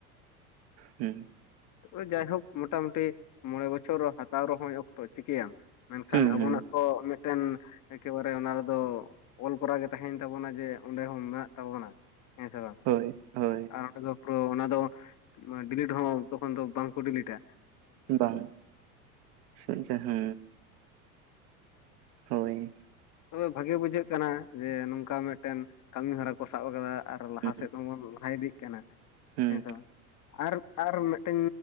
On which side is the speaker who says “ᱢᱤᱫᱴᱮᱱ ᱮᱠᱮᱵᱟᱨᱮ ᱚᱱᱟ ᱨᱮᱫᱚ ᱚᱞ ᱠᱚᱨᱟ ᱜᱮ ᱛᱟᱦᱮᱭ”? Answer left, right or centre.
Left